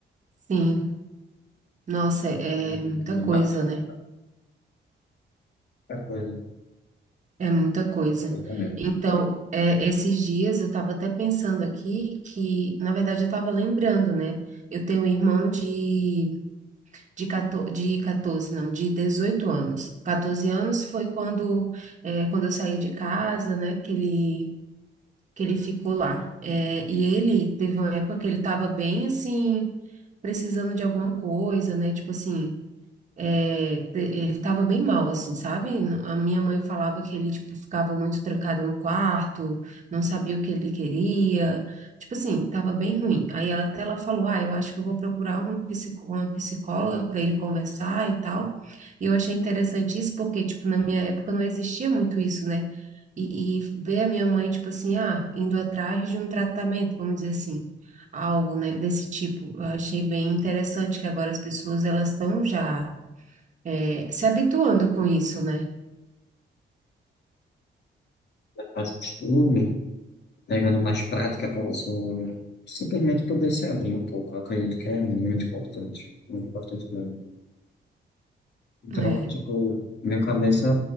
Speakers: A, on the right (about 40°); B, on the left (about 65°).
A: sim. Nossa,
B: Algo
A: é,
B: que Me
A: é muita
B: me
A: coisa,
B: matou
A: né?
B: muita coisa,
A: É muita coisa.
B: muita coisa mesmo.
A: Então, é, esses dias eu estava até pensando aqui que, na verdade, eu estava lembrando, né? Eu tenho um irmão de, de, 14, de 14, não, de 18 anos. 14 anos foi quando, é, quando eu saí de casa, né? Que ele, que ele ficou lá. É, e ele teve uma época que ele estava bem assim, precisando de alguma coisa, né? Tipo assim. É, pre- ele tava bem mal, assim, sabe? N- A minha mãe falava que ele, tipo, ficava muito trancado no quarto, não sabia o que ele queria, tipo assim, tava bem ruim. Aí ela- até ela falou, ah, eu acho que eu vou procurar um psico, uma psicóloga para ele conversar e tal. E eu achei interessante isso porque, tipo, na minha época não existia muito isso, né? E, e ver a minha mãe, tipo assim, ah, indo atrás de um tratamento, vamos dizer assim algo, né, desse tipo. Eu achei bem interessante que agora as pessoas elas estão já é, se habituando com isso, né?
B: Mais costume, pegando mais prática para você simplesmente poder se abrir um pouco. Eu acredito que é muito importante, muito importante mesmo. Então,
A: É.
B: tipo, minha cabeça